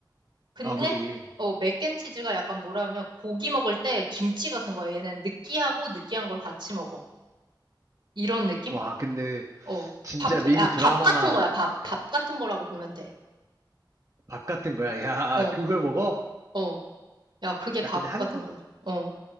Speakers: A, on the right; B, on the right.
A: 근데,
B: 아, 그지.
A: 어, 맥앤치즈가 약간 뭐라 하면 고기 먹을 때 김치 같은 거야. 얘는 느끼하고 느끼한 걸 같이 먹어. 이런 느낌?
B: 와, 근데
A: 어,
B: 진짜
A: 밥,
B: 미국
A: 야,
B: 드라마나
A: 밥 같은 거야, 밥. 밥 같은 거라고 보면 돼.
B: 밥 같은 거야. 야,
A: 어,
B: 그걸 먹어?
A: 어. 야, 그게 밥
B: 야, 근데 한국
A: 같은 거야. 어,